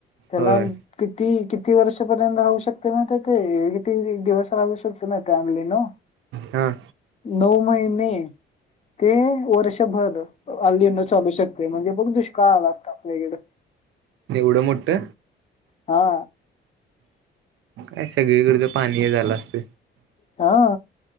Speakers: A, on the left; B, on the right.
A: त्याला
B: होय
A: किती किती वर्षपर्यंत राहू शकते माह ते किती दिवस राहू शकते माहि अमली न
B: हा
A: नऊ महिने ते वर्षभर अलीन चालू शकते म्हणजे बघ दुष्काळ आला असतता आपल्याकडं
B: एवढं मोट.
A: हा.
B: का सगळीकडच पाणी हे झालं असत.
A: हा.